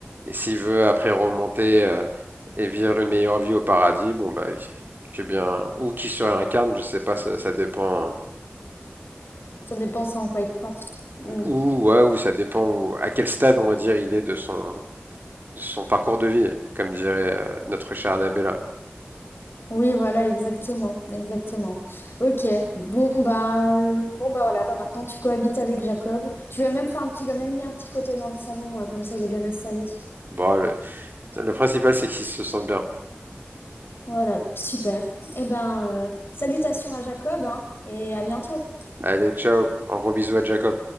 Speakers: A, on the right; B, on the left.
A: Et s'il veut après remonter euh, et vivre une meilleure vie au paradis, bon, bah, que bien, ou qui se réincarne, je sais pas, ça, ça dépend.
B: Ça dépend en quoi il croit. Hmm.
A: Ou, ouais, ou ça dépend où- à quel stade, on va dire, il est de son, de son parcours de vie, comme dirait euh, notre chère Annabella.
B: Oui, voilà, exactement, exactement. Ok. Bon, bah, euh, bon, bah voilà. Bah maintenant, tu cohabites avec Jacob. Tu lui as même fait un petit, tu lui as même mis un petit fauteuil dans le salon, euh, comme ça, il est bien installé.
A: Bon, le, le principal, c'est qu'il se sente bien.
B: Voilà, super. Eh ben, euh, salutations à Jacob, hein, et à bientôt.
A: Allez, ciao. Un gros bisou à Jacob.